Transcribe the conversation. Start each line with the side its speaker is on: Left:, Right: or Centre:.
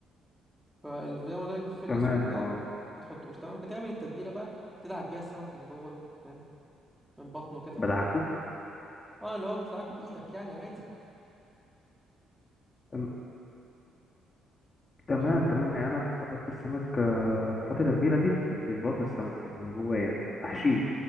Centre: فزي ما قلت لك الفلفل
Left: تمام
Centre: الأسود ده
Left: اه
Centre: ما تحطوش تمام بتعمل التتبيلة بقى بتدعك بيها السمك من جوه فاهم من بطنه كده
Left: بدعكوك
Centre: أه اللي هو بتدعكه بإيدك يعني عادي
Left: تم- تمام
Centre: فاهم
Left: تمام يعني انا بحط السمك آه، بحط التتبيله دي في في بطن السمك كده من جوه يعني احشيه